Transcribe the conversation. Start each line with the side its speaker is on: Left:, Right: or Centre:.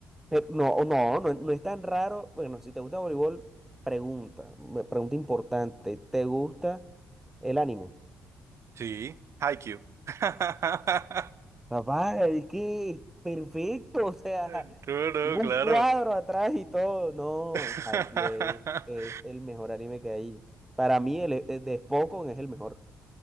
Centre: Pero no, o no, no, no es tan raro. Bueno, si te gusta voleibol, pregunta, me- pregunta importante. ¿Te gusta el anime?
Right: Sí, Haikyuu. <laughs>
Centre: Papá, es que es perfecto, o sea,
Right: No, no,
Centre: tengo un
Right: claro.
Centre: cuadro atrás y todo. No,
Right: <laughs>
Centre: Haikyuu es, es el mejor anime que hay. Para mí, el, el de Spokon es el mejor,